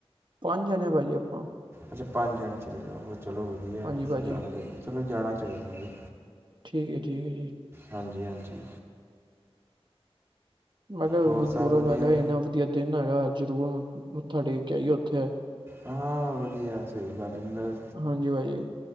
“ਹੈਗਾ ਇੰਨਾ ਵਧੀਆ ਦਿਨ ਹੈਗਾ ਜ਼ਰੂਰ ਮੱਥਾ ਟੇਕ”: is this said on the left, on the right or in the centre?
Right